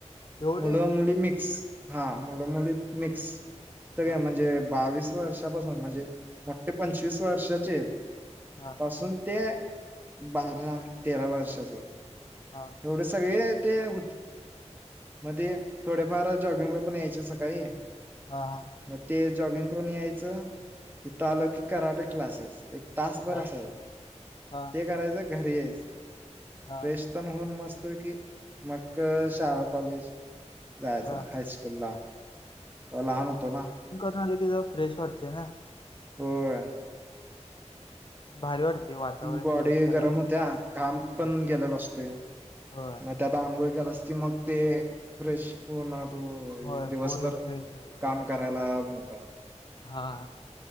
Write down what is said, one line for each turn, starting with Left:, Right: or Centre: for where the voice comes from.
Left: एवढे
Right: मुलं मुली मिक्स हा मुलं मुली मिक्स सगळ्या
Left: हा
Right: म्हणजे बावीस वर्षापासून म्हणजे मोठे पंचवीस वर्षाचे
Left: हा.
Right: पासून ते बारा तेरा वर्षाचा
Left: हा.
Right: एवढे सगळे ते हो म ते थोडेफार जॉगिंगला पण यायचे सकाळी.
Left: हा हा.
Right: म ते जॉगिंग करून यायचं हिथं आलं की कराटे क्लासेस एक तासभर
Left: हा
Right: असायला.
Left: हा
Right: ते करायचं घरी यायचं.
Left: हा
Right: फ्रेश पण होऊन मस्तपैकी मग शाळा कॉलेज जायचं
Left: हा
Right: हायस्कूल ला तवा लहान होतो ना.
Left: हा आणि ते जरा फ्रेश वाटते ना.
Right: होय.
Left: भारी वाडते वातावरण
Right: बॉडी
Left: दिवसभराचं
Right: गरम होत्या
Left: हो
Right: घाम पण गेलेला असतोय
Left: होय होय.
Right: मग त्या आता अंघोळ केलास की मग ते फ्रेश. हो ना तू
Left: होय,
Right: दिवसभर
Left: पूर्ण फ्रेश होते
Right: काम करायला मोकळा.
Left: हा.